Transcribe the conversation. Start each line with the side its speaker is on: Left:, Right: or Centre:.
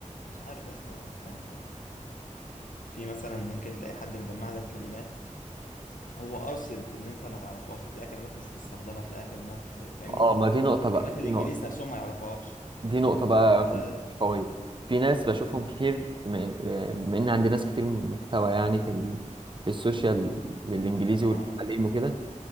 Left: مش عارف يا اسطى والله يعني في مثلا ممكن تلاقي حد مجمع لك كلمات هو قاصد ان انت ما تعرفهاش وتلاقي كلمات مش مستخدمه تلاقي كلمات فاهمني
Right: اه ما دي نقطة بقى
Left: كلمات الانجليز
Right: دي نقطة
Left: نفسهم ما يعرفهاش
Right: دي نقطة بقى
Left: فده
Right: قوية في ناس بشوفهم كتير بما بما ان عندي ناس كتير محتوى يعني في ال... في السوشيال للانجليزي
Left: اه
Right: والتعليم
Left: اه
Right: وكده